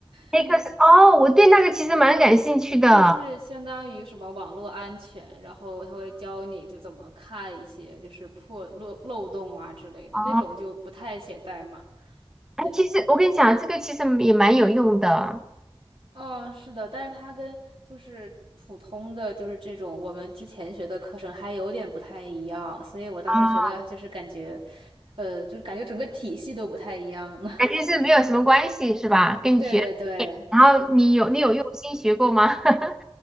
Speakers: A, in the centre; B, on the right (about 65°).
A: 那个是哦，
B: <laughs>
A: 我对那个其实蛮感兴趣的啊
B: 就是相当于什么网络安全，然后他会教你就怎么看一些就是破漏漏洞啊之类的，
A: 哦，
B: 那种就不太写代码。
A: 哎，
B: 对，
A: 其实我跟你讲，这个其实也蛮有用的
B: 哦，是的，但是它跟就是普通的就是这种我们之前学的课程还有点不太一样，所以我当时学的就是感觉，
A: 啊，
B: 呃，就是感觉整个体系都不太一样了。
A: 感觉是没有什么关系是吧？
B: <laughs>
A: 跟你学，
B: 对对对，
A: 哎然后你有你有用心学过吗？<laughs>